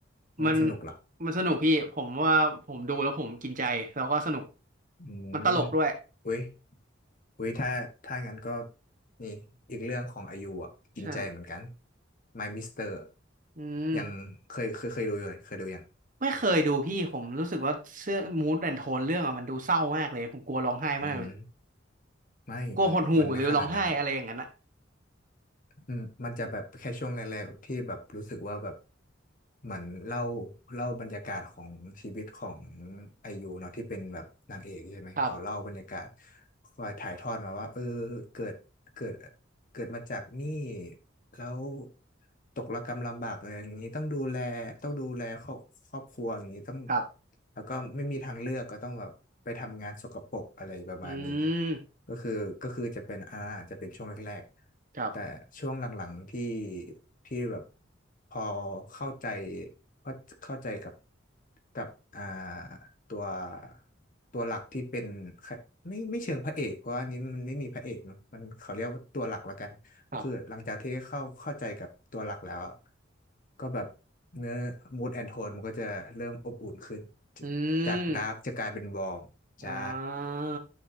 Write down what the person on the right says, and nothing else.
มันมันสนุกพี่ผมว่าผมดูแล้วผมกินใจแล้วก็สนุก
มันตลกด้วย
ใช่
อืม
ไม่เคยดูพี่ผมรู้สึกว่าเสื้อมูดแอนโทนเรื่องอะมันดูเศร้ามากเลยผมกลัวร้องไห้มากเลย
กลัวหดหู่หรือร้องไห้อะไรอย่างนั้นนะ
ครับ
ครับ
อืม
ครับ
ครับ
อื
มอ่า